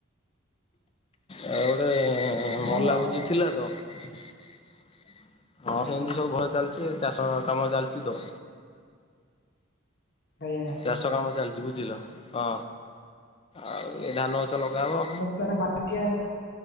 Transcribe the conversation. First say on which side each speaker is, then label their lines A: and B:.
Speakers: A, on the left; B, on the left.
A: ଆଉ ଗୋଟେ
B: ଭଲ
A: ମଲା ଭୋଜି ଥିଲା ତ। ହଁ
B: ଆଜ୍ଞା
A: ସେମିତି ସବୁ ଭଲ ଚାଲିଚି। ଚାଷ କାମ ଚାଲିଚି ତ।
B: ଆଜ୍ଞା।
A: ଚାଷ କାମ ଚାଲିଚି ବୁଝିଲ ହଁ ଆଉ ଏ ଧାନ ଗଛ ଲଗା ହବ।
B: ତା ପରେ <unintelligible> ମାଟିିଆ।